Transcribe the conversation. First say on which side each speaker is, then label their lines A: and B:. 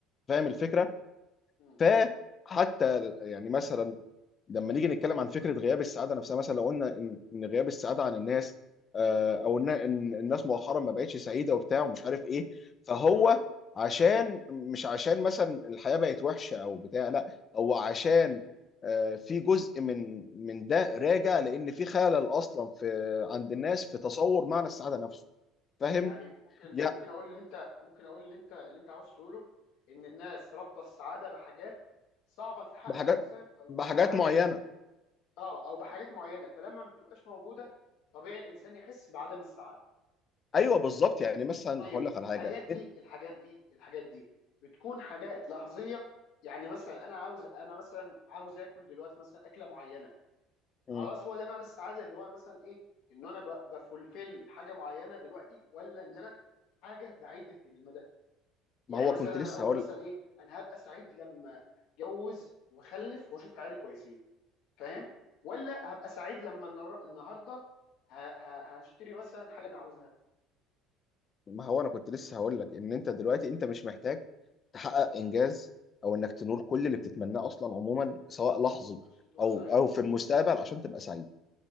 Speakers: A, on the left; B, on the left.
A: فاهم
B: بالظبط
A: الفكره
B: مم.
A: فحتى يعني مثلا لما نيجي نتكلم عن فكره غياب السعاده نفسها مثلا لو قلنا ان ان غياب السعاده عن الناس آه، او ان إن الناس مؤخرا ما بقتش سعيده وبتاع ومش عارف ايه فهو عشان مش عشان مثلا الحياه بقت وحشه او بتاع لا هو عشان آه، في جزء من من ده راجع لان في خلل اصلا في عند الناس في تصور معنى السعاده نفسه فاهم
B: يعني ممكن
A: يا
B: ممكن اقول اللي انت ممكن اقول اللي انت اللي انت عاوز تقوله ان الناس رابطه السعاده بحاجات صعبه تتحقق
A: بحاجات
B: مثلا او
A: بحاجات
B: او حاجات
A: معينه
B: اه او بحاجات معينه فلما ما بتبقاش موجوده طبيعي الانسان يحس بعدم السعاده
A: ايوه بالظبط يعني مثلا
B: طيب
A: هقول لك على
B: الحاجات
A: حاجه
B: دي الحاجات دي الحاجات دي بتكون حاجات لحظيه يعني مثلا انا عاوز انا مثلا عاوز اكل دلوقتي مثلا اكله معينه خلاص
A: مم.
B: هو ده معنى السعاده اللي هو مثلا ايه ان انا ب- بفulfill حاجه معينه دلوقتي ولا ان انا حاجه بعيده المدى يعني
A: ما هو
B: مثلا
A: كنت
B: انا
A: لسه
B: اقول
A: هقول
B: مثلا ايه انا هبقى سعيد لما اتجوز واخلف واشوف عيالي كويسين فاهم ولا هبقى سعيد لما النر- النهارده ه- ه- هشتري مثلا حاجه انا عاوزها
A: ما هو انا كنت لسه هقول لك ان انت دلوقتي انت مش محتاج تحقق انجاز او انك تنول كل اللي بتتمناه اصلا عموما سواء لحظي
B: عشان تبقى
A: او
B: سعيد
A: او في المستقبل عشان تبقى سعيد